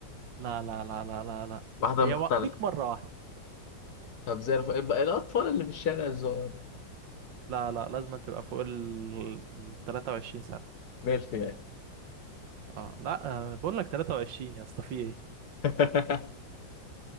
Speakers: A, on the right; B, on the left.
A: لا لا لا لا لا لا
B: واحده
A: هي
B: مختلفه
A: و... ليك مرة واحدة
B: طب زي الفل الب- الاطفال اللي في الشارع الصغير
A: لا لا لازم تبقى فوق ال 23 سنة
B: ميلف يعني
A: اه لا آه، بقول لك 23 يا اسطى في ايه
B: <laughs>